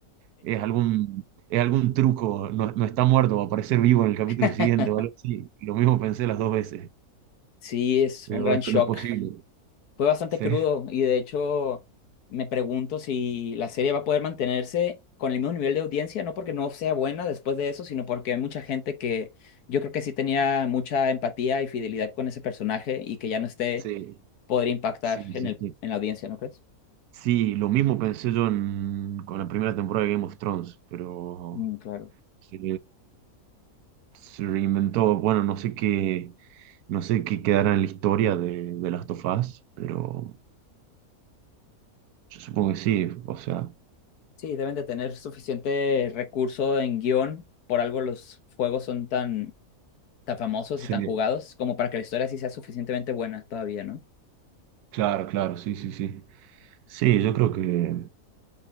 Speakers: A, on the right (about 85°); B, on the left (about 90°).
A: es algún, es algún truco, no, no está muerto, va a aparecer vivo en el capítulo
B: <laughs>
A: siguiente o algo así. Lo mismo pensé las dos veces.
B: Sí, es
A: Digo,
B: un gran
A: esto
B: shock.
A: no es posible.
B: Fue bastante
A: Sí,
B: crudo y de hecho me pregunto si la serie va a poder mantenerse con el mismo nivel de audiencia, no porque no sea buena después de eso, sino porque hay mucha gente que yo creo que sí tenía mucha empatía y fidelidad con ese personaje y que ya no esté,
A: sí,
B: podría impactar
A: sí,
B: en
A: sí,
B: el,
A: sí.
B: en la audiencia, ¿no crees?
A: Sí, lo mismo pensé yo en- con la primera temporada de Game of Thrones, pero
B: Mm, claro.
A: se, se reinventó, bueno, no sé qué, no sé qué quedará en la historia de, de Last of Us, pero yo supongo que sí, o sea,
B: Sí, deben de tener suficiente recurso en guión. Por algo los juegos son tan, tan famosos
A: sí,
B: y tan jugados como para que la historia sí sea suficientemente buena todavía, ¿no?
A: claro, claro, sí, sí, sí. Sí, yo creo que,